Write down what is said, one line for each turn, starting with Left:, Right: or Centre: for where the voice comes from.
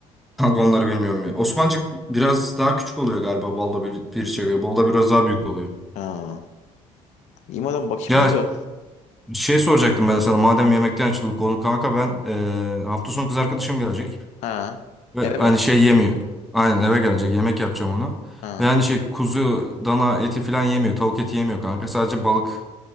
Centre: Kanka onları bilmiyorum ya. Osmancık biraz daha küçük oluyor galiba balda bir, piriçe göre. Balda biraz daha büyük oluyor.
Left: Ha. İyi madem bakayım
Centre: Ya
Left: da bu.
Centre: şey soracaktım ben sana. Madem yemekten açıldı konu kanka ben eee, hafta sonu kız arkadaşım gelecek.
Left: Ha.
Centre: Ve
Left: Eve mi?
Centre: hani şey yemiyor. Aynen eve gelecek. Yemek yapacağım ona.
Left: Ha.
Centre: Ve hani şey kuzu, dana eti falan yemiyor. Tavuk eti yemiyor kanka. Sadece balık